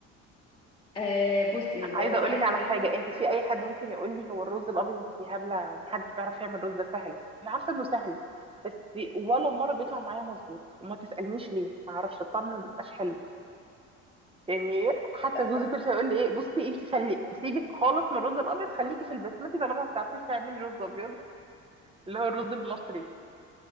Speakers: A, on the left (about 15°); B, on the right (about 20°).
A: آه بصي
B: عايزة
A: لو انت
B: اقول
A: عايزة
B: لك على
A: تعملي
B: حاجة
A: رز
B: انت في اي حد ممكن يقول لي هو الرز الابيض انت هبلة محدش بيعرف يعمل رز ده سهل انا عارفة انه سهل بس ولا مرة بيطلع معايا مظبوط وما تسألنيش ليه ما اعرفش الطعم ما بيبقاش حلو يعني حتى
A: هقولك.
B: جوزي كل شويه يقول لي ايه بصي انت خلي سيبك خالص من الرز الابيض خليكي في البسمتي طالما ما بتعرفيش تعملي رز ابيض اللي هو الرز المصري